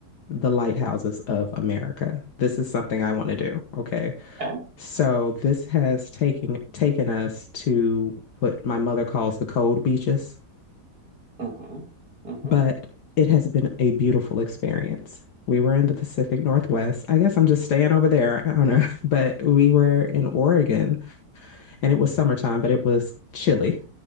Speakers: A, on the left (about 70°); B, on the right (about 55°).
A: the lighthouses of America. This is something I want to do. Okay.
B: Okay.
A: So this has taken taken us to what my mother calls the cold beaches.
B: Mm-hmm. Mm-hmm.
A: but it has been a beautiful experience. We were in the Pacific Northwest. I guess I'm just staying over there. I don't know. <laughs> But we were in Oregon and it was summertime, but it was chilly